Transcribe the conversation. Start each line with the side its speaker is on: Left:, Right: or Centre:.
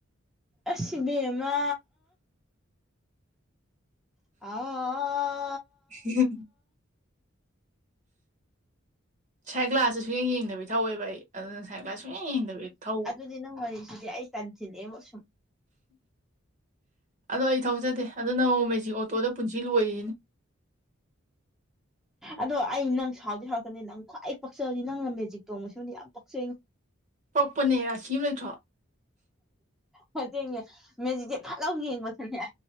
Centre: ꯑꯁꯤꯕꯃ <unintelligible>
Right: ꯍꯝ ꯁꯥꯏ ꯒ꯭ꯂꯥꯁꯇꯦ ꯁꯨ ꯌꯦꯡꯗꯕꯤ ꯊꯧꯋꯦꯕ ꯑꯩ ꯑꯗꯨꯅ ꯁꯥꯏꯒ꯭ꯂꯥꯁ ꯁꯨꯛꯌꯦꯡ ꯌꯦꯡꯗꯕꯤ ꯊꯧ
Centre: ꯅ ꯍꯔꯤꯁꯤꯗꯤ ꯑꯩ ꯇꯥꯟꯁꯤꯅ ꯁꯨꯝ
Right: ꯑꯗꯣ ꯑꯩ ꯊꯧꯖꯗꯦ ꯑꯗꯨ ꯅꯣꯡꯃꯖꯤꯛ ꯑꯣꯇꯣꯗ ꯄꯨꯟꯁꯤ ꯂꯣꯏꯔꯤꯁꯤꯅꯤ
Centre: ꯑꯗꯣ ꯑꯩ ꯅꯪ ꯁꯥꯎꯗꯤ ꯍꯧꯔꯛꯀꯅꯤ ꯅꯪ ꯈ꯭ꯋꯥꯏ ꯄꯥꯛꯆꯕꯗꯤ ꯅꯪꯅ ꯃꯦꯖꯤꯛ ꯇꯣꯡꯕꯁꯤꯃꯗꯤ ꯌꯥꯝ ꯄꯛꯆꯩꯩꯅꯣ
Right: ꯄꯛꯄꯅꯦ ꯔꯥꯁꯤ ꯑꯃ ꯂꯩꯇ꯭ꯔꯣ
Centre: ꯃꯇꯦꯡꯅꯦ ꯃꯦꯖꯤꯛꯇꯤ ꯐꯠꯂꯥꯎ ꯌꯦꯡꯕꯗꯅꯦ